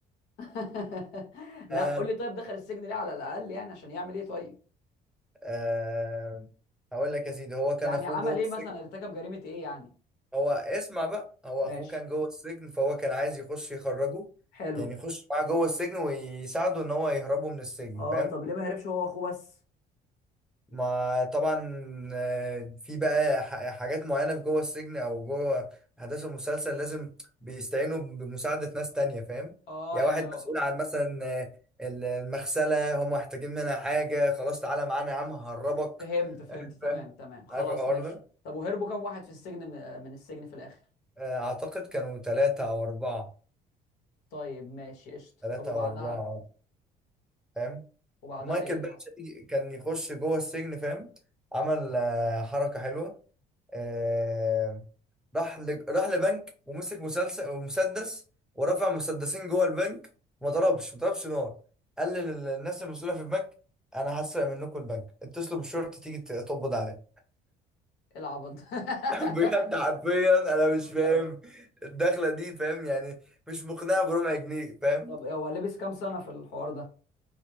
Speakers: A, on the left; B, in the centre.
A: <laughs> لا
B: آه
A: قول لي طيب دخل السجن ليه على الاقل يعني عشان يعمل ايه طيب
B: آه هقول لك يا سيدي هو كان
A: يعني
B: أخوه
A: عمل
B: جوه
A: ايه
B: السجن
A: مثلا ارتكب جريمه ايه يعني
B: هو اسمع بقى هو
A: ماشي
B: اخوه كان جوه السجن فهو كان عايز يخش يخرجه
A: حلو
B: يعني يخش معاه جوه السجن ويساعده ان هو يهربه من السجن
A: اه
B: فاهم
A: طب ليه ما هربش هو واخوه بس
B: ما طبعا آه، في بقى ح- حاجات معينة في جوه السجن او جوه احداث المسلسل لازم بيستعينوا بمساعدة ناس تانية فاهم
A: اه
B: يعني
A: يعني
B: واحد
A: هو
B: مسؤول عن مثلا آه، ال- المغسلة هم محتاجين منها حاجة خلاص تعالى معانا يا عم ههربك
A: فهمت فهمت
B: <laughs>
A: تمام
B: فاهم
A: تمام خلاص
B: عارف الحوار
A: ماشي
B: ده
A: طب وهربوا كام واحد في السجن م- من السجن في الاخر
B: آه، اعتقد كانوا ثلاثة او اربعة
A: طيب ماشي قشطه
B: ثلاثة
A: طب وبعدها
B: او اربعة فاهم
A: وبعدها
B: مايكل
A: ايه اللي
B: باتش
A: حصل
B: دي كان يخش جوه السجن فاهم عمل آه، حركة حلوة آه، راح ل... راح لبنك ومسك مسلسل مسدس ورفع مسدسين جوه البنك وما ضربش ما ضربش نار قال للناس المسؤولة في البنك انا هسرق منكم البنك اتصلوا بالشرطة تيجي ت- تقبض عليا
A: ايه العبط ده
B: <laughs> بجد
A: <laughs>
B: حرفيا انا
A: ده
B: مش
A: جامد
B: فاهم
A: قوي
B: الدخلة دي فاهم يعني مش مقنعة بربع جنيه فاهم
A: طب هو لبس كام سنه في الحوار ده